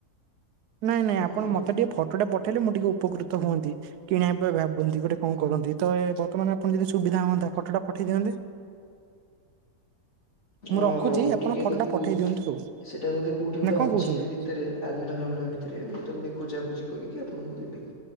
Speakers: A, on the right; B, on the left.
A: ନାଇଁ, ନାଇଁ
B: ହଁ
A: ଆପଣ
B: ହଉ
A: ମତେ ଟିକେ ଫଟୋ ଟା ପଠେଇଲେ ମୁଁ ଟିକେ ଉପକୃତ ହୁଅନ୍ତି। କିଣିବା ପାଇଁ ଭାବନ୍ତି, ଗୋଟେ କଣ କରନ୍ତି, ତ ବର୍ତ୍ତମାନ ଆପଣ ଯଦି ସୁବିଧା ହୁଅନ୍ତା ଫଟୋଟା ପଠେଇ ଦିଅନ୍ତେ। ମୁଁ
B: ହଉ
A: ରଖୁଛି
B: ହଉ
A: ଆପଣ
B: ଟିକେ
A: ଫଟୋ
B: ତାକୁ
A: ଟା ପଠେଇ ଦିଅନ୍ତୁ ଆଉ।
B: ସେଇଟା ବୁଦେ କଉଠି ଗୋଟେ
A: ନା କଣ
B: ଅଛି
A: କହୁଛନ୍ତି
B: ଭିତରେ ଆଲମେର ଫାଲମିରା ଭିତରେ। ସେଥିରେ ମୁଁ ତାକୁ ଟିକେ ଖୋଜାଖୋଜି କରିକି ଆପଣଙ୍କୁ ଦେବି।